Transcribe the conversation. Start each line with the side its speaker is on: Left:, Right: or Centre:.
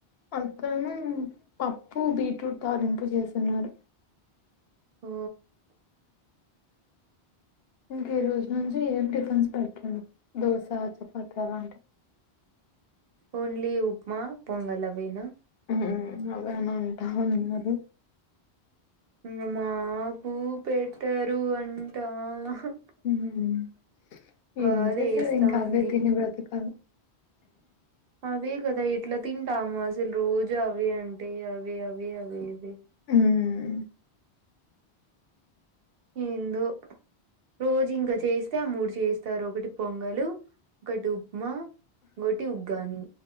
Left: అతను పప్పు బీట్రూట్ తాలింపు చేసున్నారు
Right: ఓ
Left: ఇంక ఈ రోజు నుంచి ఏం టిఫిన్స్ పెట్టను దోశ చపాతీ అలాంటివి
Right: ఓన్లీ ఉప్మా పొంగల్ అవేనా
Left: హుమ్ అవేనా అంటా ఉన్నారు
Right: ఇంగ మాకు పెట్టరు అంటా అహా
Left: మ్మ్ హ్ ఏం
Right: బాధ
Left: చేస్సారు
Right: ఏస్తాంది
Left: ఇంకా అవే తిని బ్రతకాల
Right: అదే కదా ఎట్లా తింటాము అసలు రోజు అవే అంటే అవే అవే అవే అవే
Left: ఉమ్
Right: ఏందో రోజు ఇంక చేస్తే ఆ మూడు చేస్తారు ఒకటి పొంగలు ఒకటి ఉప్మా ఇంగోటి ఉగ్గాని